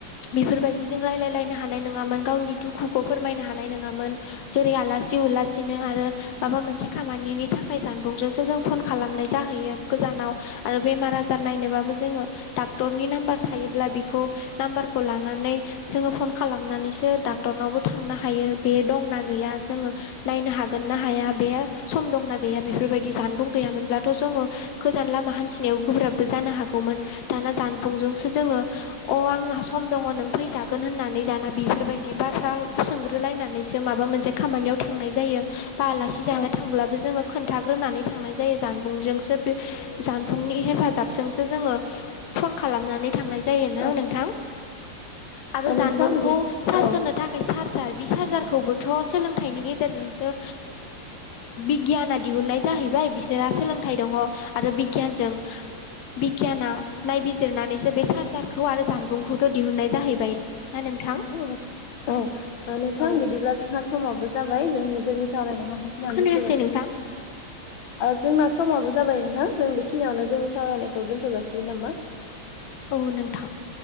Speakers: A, on the left; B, on the left.
A: बेफोरबायदिजों रायलायलायनो हानाय नङामोन गावनि दुखुखौ फोरमायनो हानाय नङामोन जेरै आलासि उलासिनो आरो माबा मोनसे खाम खामानिनि थाखाय सानदुंजोंसो जों फन खालामनाय जाहैयो गोजानाव आरो बेमार आजार नायनोबाबो जोङो डाक्टरनि नाम्बार थायोब्ला बेखौ नाम्बारखौ लानानै जोङो फन खालामनानैसो डाक्टरनावबो थांनो हायो बे दंना गैया जोङो नायनो हागोन ना हाया बे सम दंना गैया बेफोरबायदि जानबुं गैयामोनब्लाथ' जोङो गोजान लामा हान्थिनायाव गोब्राबबो जानो हागौमोन दाना जानबुंजोंसो जोङो अ' आंहा सम दङ नों फैजागोन होननानै दाना बेफोरबायदि बाथ्रा सोंग्रोलायनानैसो माबा मोनसे खामानियाव थांनाय जायो बा आलासि जानो
B: औ
A: थांब्लाबो जोङो खोन्थाग्रोनानै थांनाय जायो जानबुंजोंसो बे जानबुंनि हेफाजाब जोंसो जोङो फन खालामनानै थांनाय जायो ना
B: औ
A: नोंथां आरो
B: औ
A: जानबुंखौ
B: नोंथां
A: सार्स
B: औ
A: होनो थाखाय चार्जार बि सार्जारखौबोथ' सोलोंथाइनि गेजेरजोंसो बिगियाना दिहुननाय जाहैबाय बिसोरहा सोलोंथाइ दङ आरो बिगियानजों बिगियाना नायबिजिरनानैसो बे चार्जारखौ आरो जानबुंखौथ' दिहुननाय जाहैबाय ना नोंथां
B: उम औ ओ नोंथां
A: औ
B: बिदिब्ला जोंहा समाबो जाबाय जों जोंनि सावरायनायखौ बे खिनियाव
A: खोनायासै
B: दोनथ'जासिगोन
A: नोंथां
B: ओ जोंना समाबो जाबाय नोंथां जों बेखिनियावनो जोंनि सावरायनायखौ दोनथ'जासिगोन नामा? <inaudible>
A: औ नोंथां